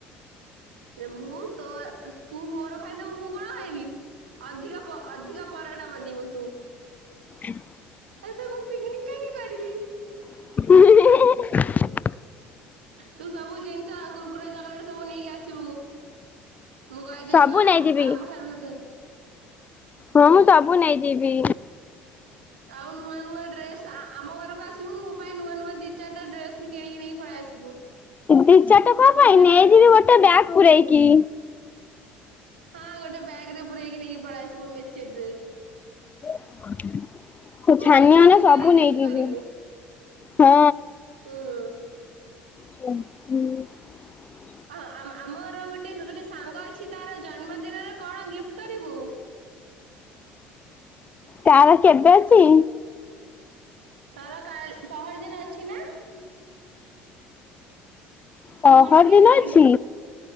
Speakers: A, on the right; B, on the left.
A: ମୁଁ ତୋ ତୁ ମୋର ଖାଇଦେବୁ ମୁଁ କଣ ଖାଇବି? ଅଧିକ ଅଧିକ ପରଟାବନିବୁ ତୁ।
B: ହଁ।
A: ଏ ତ ମୁଁ ପିକନିକ କାହିଁକି କରିବି? <unintelligible>
B: ହ। <unintelligible>
A: ତୁ ସବୁ ଜିନିଷ କୁୁରକୁରି ଚକଲେଟ ସବୁ ନେଇକି ଆସିବୁ। ମୁଁ କହିଦେଇଛୁ
B: ସବୁ
A: ଆ
B: ନେଇଯିବି
A: ଆଉ କୁଠାରୁ
B: ହଁ ମୁଁ ସବୁ ନେଇଯିବି।
A: ଆଉ ନୂଆ ନୂଆ ଡ୍ରେସ୍ ଆ ଆମ ଘରକୁ ଆସିବୁ ମୋ ପାଇଁ ନୂଆ ନୂଆ ଦୁ ଚାରିଟା ଡ୍ରେସ କିଣିକି ନେଇି ପଳେଇ ଆସିବୁ।
B: ଦି ଚାରିଟା କଣ
A: ମତେ
B: ପାଇଁ ନେଇଯିବି
A: ଡ୍ରେ
B: ଗୋଟେ ବ୍ୟାଗ ପୂୁରେ ଇକି।
A: ହଁ ଗୋଟେ ବ୍ୟାଗ ରେ ପୁରଇକି ନେଇକି ପଳା ଆସିବୁ ମେଞ୍ଚେ ଡ୍ରେସ।
B: <unintelligible>
A: ମୋ
B: ଛାନିଆ
A: ଜନ୍ମଦିନରେ
B: ହେଲେ ସବୁ
A: ଗିଫ୍ଟି
B: ନେଇଯିବି
A: କରିବୁ।
B: ହଁ
A: ହୁଁ।
B: ହ ହୁଁ <inaudible>
A: ହଁ ଆ ଆମର ଗୋଟେ ଗୋଟେ ସାଙ୍ଗ ଅଛି ତାର ଜନ୍ମଦିନରେ କଣ ଗିଫ୍ଟି କରିବୁ?
B: ତାର କେବେ ଅଛି?
A: ତାର କା ପହର ଦିନ ଅଛି ନା? ତୁ
B: ପହର
A: କଣ ଗିଫ୍ଟ
B: ଦିନ
A: କରିବୁ?
B: ଅଛି